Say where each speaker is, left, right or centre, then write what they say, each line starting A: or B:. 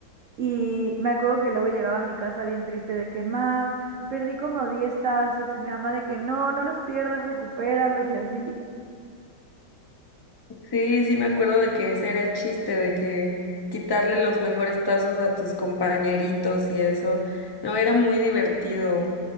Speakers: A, on the right; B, on the left.
A: Y me acuerdo que luego llegaba a mi casa bien triste de que, ma, perdí como 10 tazos y mi mamá de que no, no los pierdas, recupéralos y así.
B: Sí, sí me acuerdo de que ese era el chiste, de que quitarle los mejores tazos a tus compañeritos y eso. No, era muy divertido.